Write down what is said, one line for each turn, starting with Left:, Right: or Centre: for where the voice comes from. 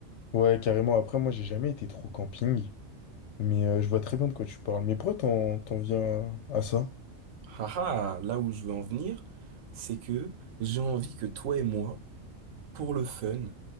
Left: Ouais, carrément. Après, moi, j'ai jamais été trop camping, mais euh, je vois très bien de quoi tu parles. Mais pourquoi t'en, t'en viens à à ça?
Right: Haha, là où je veux en venir, c'est que j'ai envie que toi et moi, pour le fun,